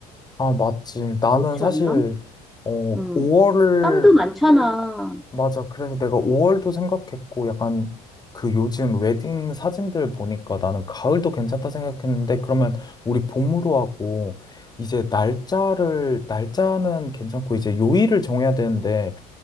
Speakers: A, on the left; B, in the centre.
A: 아, 맞지. 나는
B: 그렇지
A: 사실,
B: 않나?
A: 어,
B: 음.
A: 5월
B: 땀도 많잖아.
A: 맞아. 그래서 내가 5월도 생각했고, 약간 그 요즘 웨딩 사진들 보니까 나는 가을도 괜찮다 생각했는데, 그러면 우리 봄으로 하고, 이제 날짜를, 날짜는 괜찮고, 이제 요일을 정해야 되는데,